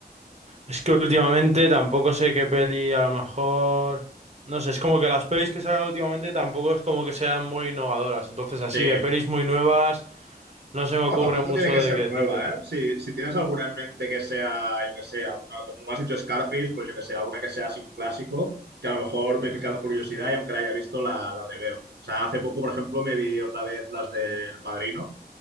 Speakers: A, on the right; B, on the right.
A: es que últimamente tampoco sé qué peli, a lo mejor. No sé, es como que las pelis que sacan últimamente tampoco es como que sean muy innovadoras. Entonces, así
B: Sí,
A: de pelis muy nuevas. No se me
B: No,
A: ocurre
B: tampoco
A: mucho
B: tiene que
A: de
B: ser
A: qué
B: nueva,
A: decirte.
B: ¿eh? Si, si tienes alguna en mente que sea, yo que sé, alguna, como me has dicho Scarface, pues yo que sé, alguna que sea así un clásico, que a lo mejor me
A: Mm,
B: pica la curiosidad y aunque la haya visto, la, la reveo. O sea, hace poco, por ejemplo, me vi otra vez las del Padrino,